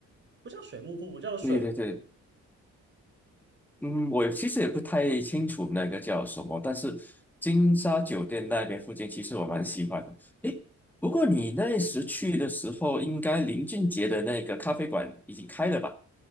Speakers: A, on the right (about 40°); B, in the centre.
A: 不叫水幕瀑布，叫水。
B: 对对对。嗯，我其实也不太清楚那个叫什么，但是金沙酒店那边附近，其实我蛮喜欢的。诶，不过你那时去的时候，应该林俊杰的那个咖啡馆已经开了吧？